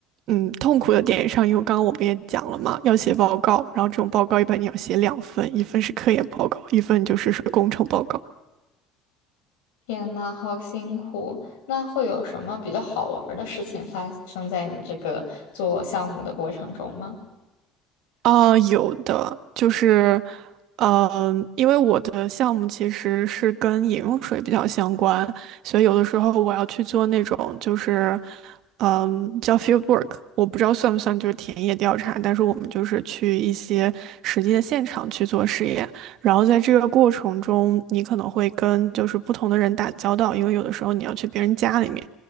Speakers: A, on the right; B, on the left.
A: 嗯，痛苦的点上，因为刚刚我们也讲了嘛，要写报告，然后这种报告一般你要写两份，一份是科研报告，一份就是是工程报告。
B: 天呐，好辛苦！那会有什么比较好玩儿的事情发生在你这个做项目的过程中吗？
A: 啊，有的就是，呃，因为我的项目其实是跟饮用水比较相关，所以有的时候我要去做那种就是，嗯，叫 field work，我不知道算不算就是田野调查，但是我们就是去一些实际的现场去做实验，然后在这个过程中，你可能会跟就是不同的人打交道，因为有的时候你要去别人家里面，